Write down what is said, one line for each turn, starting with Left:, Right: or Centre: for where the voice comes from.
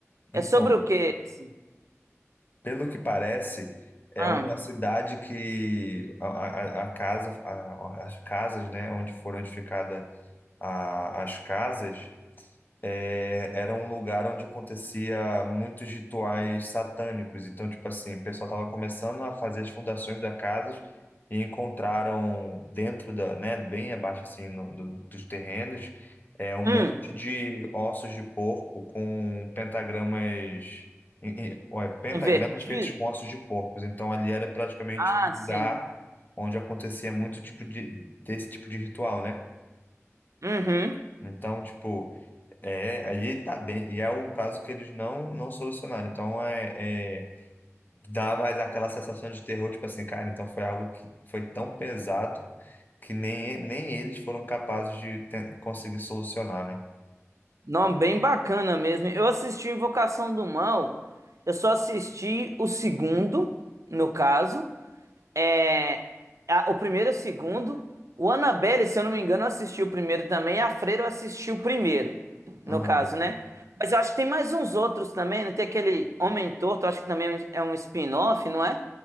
Right: É
Left: então
Right: sobre o quê esse?
Left: Pelo que parece, é
Right: Hum.
Left: uma cidade que a, a- a casa, a- as casas, né, onde foram edificadas a- as casas, é, era um lugar onde acontecia muitos rituais satânicos. Então, tipo assim, o pessoal estava começando a fazer as fundações da casa e encontraram dentro da, né, bem abaixo assim no- no- dos terrenos, é, um monte
Right: Hum.
Left: de ossos de porco com pentagramas, e- e- olha, pentagramas
Right: Invertido?
Left: feitos com ossos de porcos. Então, ali era praticamente
Right: Ah,
Left: um
Right: sim.
Left: lugar onde acontecia muito tipo de desse tipo de ritual, né?
Right: Uhum.
Left: Então, tipo, é, aí tá bem. E é um caso que eles não não solucionaram. Então, é, é, dá mais aquela sensação de terror, tipo assim, cara, então foi algo que foi tão pesado que nem, nem eles foram capazes de ten- conseguir solucionar, né?
Right: Não, bem bacana mesmo. Eu assisti Invocação do Mal. Eu só assisti o segundo, no caso. É, a- o primeiro e o segundo. O Annabelle, se eu não me engano, assistiu o primeiro também. A Freira assistiu o primeiro,
Left: Aham.
Right: no caso, né? Mas eu acho que tem mais uns outros também. Não tem aquele Homem Torto, eu acho que também é um é um spin-off, não é?